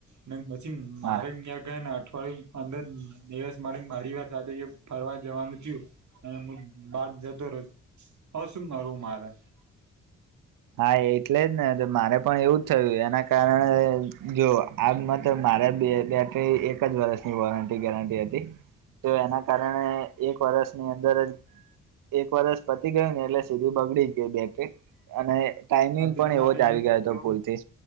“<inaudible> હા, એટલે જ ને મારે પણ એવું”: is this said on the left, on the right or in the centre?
Right